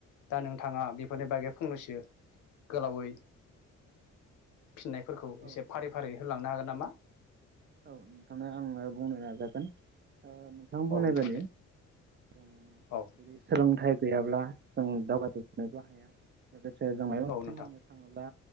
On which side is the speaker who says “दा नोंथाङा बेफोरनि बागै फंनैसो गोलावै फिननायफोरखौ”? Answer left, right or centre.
Left